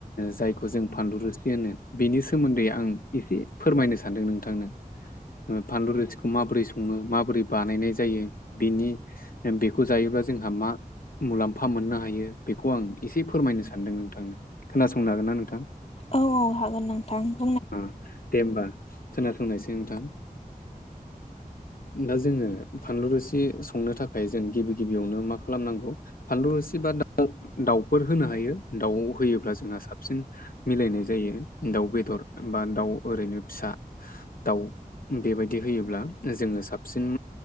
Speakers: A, on the left; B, on the left.
A: जायखौ जों फानद रोसि होनो बेनि सोमोन्दै आं एसे फोरमायनो सानदों नोंथांनो। फानलु रोथिखौ माबोरै सङो माबोरै बानायनाय जायो बिनि बेखौ जायोब्ला जोंहा मा मुलाम्फा मोननो हायो बेखौ आं एसे फोरमायनो सानदों नोंथांनो खोनासंनो हागोन ना नोंथां?
B: औ औ हागोन नोंथां।
A: अ दे होमबा खोनासंनायसै नोंथां। दा जोङो फानलु रोसि संनो थाखाय जों गिबि गिबियावनो मा खालामनांगौ फानलु रोसि बा दा दाउफोर होनो हायो दाउ होयोब्ला जोंहा साबसिन मिलायनाय जायो दाउ बेदर बा दाउ ओरैनो फिसा दाउ बेबायदि होयोब्ला जोङो साबसिन